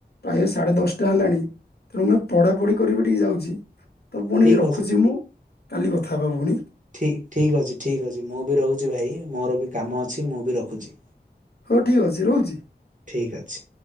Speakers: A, on the left; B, on the right.
A: ପ୍ରାୟେ ସାଢେ ଦଶଟା ହେଲାଣି ତେଣୁ ମୁଁ ପଢାପଢି କରିବି ଟିକେ ଯାଉଛି। ତ ପୁଣି
B: ଠିକ୍
A: ରଖୁଛି ମୁଁ। କାଲି କଥା ହେବ ପୁଣି।
B: ଠିକ ଠିକ ଅଛି ଠିକ ଅଛି। ମୁଁ ବି ରହୁ ଭାଇ ମୋର ବି କାମ ଅ ଅଛି ମୁଁ ବି ରଖୁଛି।
A: ହଉ ଠିକ୍ ଅଛି ରହୁଛି।
B: ଠିକ ଅଛି।